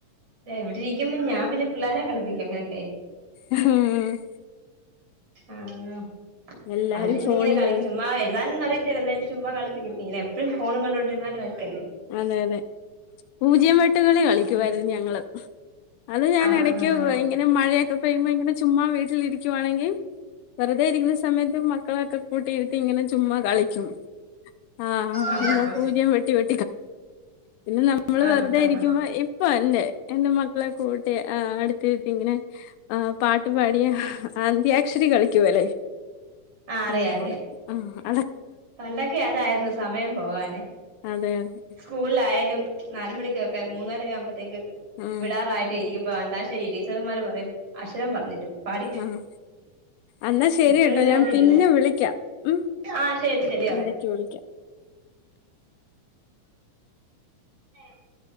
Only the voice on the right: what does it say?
എവിടെ ഇരിക്കുമ്പ ഞാൻ പിന്നെ പിള്ളേരെ കളിപ്പിക്കും ഇങ്ങനൊക്കെ
ആഹ
അവരിരുന്ന്
ഇങ്ങനെ കളിക്കും ചുമ്മാ എഴുതാനൊന്നും അറിയത്തില്ല എന്താലും ചുമ്മാ കള ഇങ്ങന എപ്പോഴും ഫോൺ കണ്ടോണ്ടിരുന്നലും അരിക്കല്ലേ
ആഹ്
ആഹ്
ആഹ് ആഹ്
ആഹ്
ആഹ് ആഹ്
ആഹ്
ആഹ് ആഹ്
ആഹ് അറിയാം
അറിയാം
പണ്ടൊക്കെ അതായിരുന്നു സമയം പോവാന്
സ്കൂൾ ലായാലും നാല് മണിക്കൊക്കെ മൂന്നര ആവുമ്പാതെക്ക്
വിടാറായിട്ട് ഇരിക്കുമ്പ അ ശരി ടീച്ചർമാർ പറയും അക്ഷരം പറഞ്ഞ തരും പഠി
ഇപ്പഴൊന്നും
അതില്ല
ആ ശരി
<unintelligible> <unintelligible>